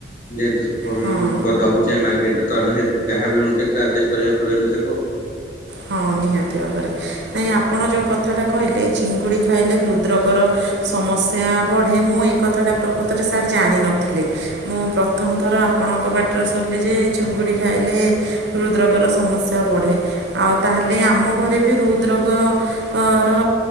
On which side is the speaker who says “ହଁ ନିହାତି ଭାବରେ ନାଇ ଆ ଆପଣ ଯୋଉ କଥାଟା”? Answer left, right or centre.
Right